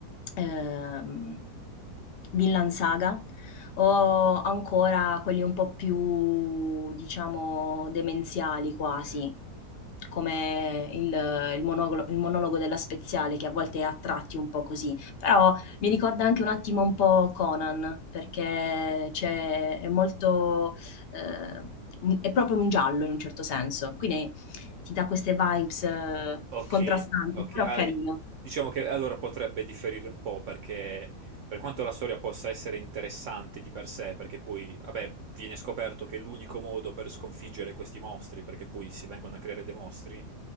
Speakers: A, on the left (about 55°); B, on the right (about 70°).
A: ehm, Vinland Saga, o ancora quelli un po' più, diciamo, demenziali quasi,
B: <laughs>
A: come il il monoglo il monologo della Speziale, che a volte è a tratti un po' così, però mi ricorda anche un attimo un po' Conan, perché c'è è molto ehm, mhmm, è proprio un giallo in un certo senso, quindi ti dà queste vibes eh,
B: Ok,
A: contrastanti,
B: ok.
A: però
B: Ah,
A: carino.
B: di- diciamo che allora potrebbe differire un po' perché per quanto la storia possa essere interessante di per sé, perché poi, vabbè, viene scoperto che l'unico modo per sconfiggere questi mostri, perché poi si vengono a creare dei mostri,